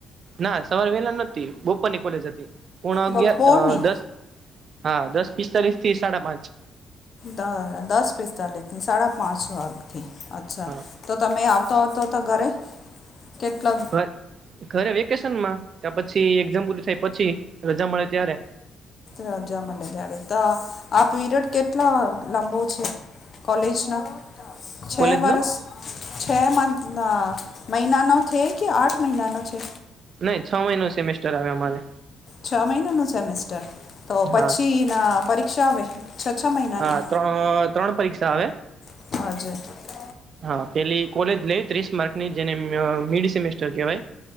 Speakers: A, on the right (about 55°); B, on the left (about 45°).
A: ના સવારે વહેલા નતી. બપોરની કોલેજ હતી. પોણા અગિયાર
B: બપોરની
A: અહ દસ હા. દસ પિસ્તાલીસ થી સાડા પાંચ.
B: દ દસ પિસ્તાલીસની, સાડા પાંચ વાગથી. અચ્છા.
A: હા
B: તો તમે આવતા હો તો તો ઘરે. કેટલા
A: <unintelligible> ઘરે વેકેશનમાં. કાં પછી એક્ઝામ પૂરી થાય પછી, રજા મળે ત્યારે.
B: રજા મલે ત્યારે. તો આ-આ પીરિયડ કેટલા લાંબો છે? કોલેજના? છેહ
A: કોલેજ
B: વર્ષ?
A: નો
B: છેહ મંથ મહિનાનો છે, કે આઠ મહિનાનો છે?
A: નહીં છ મહિનો સેમેસ્ટર આવે અમારે.
B: છ મહિનાનું સેમેસ્ટર. તો પછીના
A: હા
B: પરીક્ષા આવે? છ છ મહિનાની
A: હા. ત્રણ-ત્રણ પરીક્ષા આવે.
B: <unintelligible>
A: હા. પેલી કોલેજ લયે ત્રીસ માર્ક ની, જેને અહ મિડ સેમેસ્ટર કહેવાય.